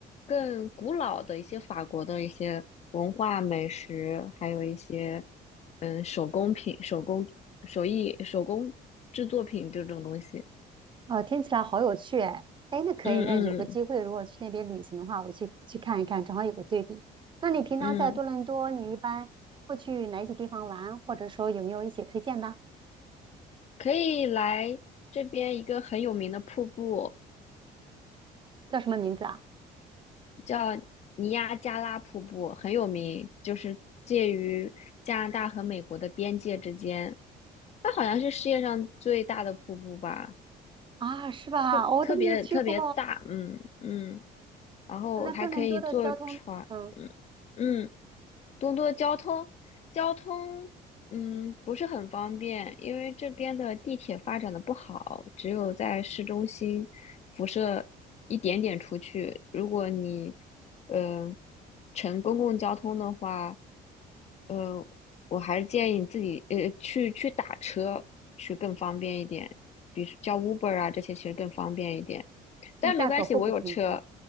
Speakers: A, on the left; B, on the right.
A: 更古老的一些法国的一些文化、美食，还有一些嗯手工品、手工手艺、手工制作品这种东西。
B: 哦，听起来好有趣哎！哎，那可以，
A: 嗯嗯
B: 那有个机会，如果去那边旅行的话，我去去看一看，正好有个对比。那你平常在多伦多，
A: 嗯，嗯
B: 你一般会去哪些地方玩，或者说有没有一些推荐的？
A: 可以来这边一个很有名的瀑布，
B: 叫什么名字啊？
A: 叫尼亚加拉瀑布，很有名，就是介于加拿大和美国的边界之间。它好像是世界上最大的瀑布吧，
B: 啊，是吧？
A: 特特别特别大，
B: 我都没有去过。
A: 嗯嗯，然后还可以坐船，
B: 那多伦多的交通，嗯，
A: 嗯嗯。多多交通，交通，嗯，不是很方便，因为这边的地铁发展的不好，只有在市中心辐射一点点出去。如果你，呃，乘公共交通的话，呃，我还是建议你自己，呃，去去打车去更方便一点，比如叫 Uber 啊这些其实更方便一点。但没关系，
B: 那价格会不会很贵？
A: 我有车，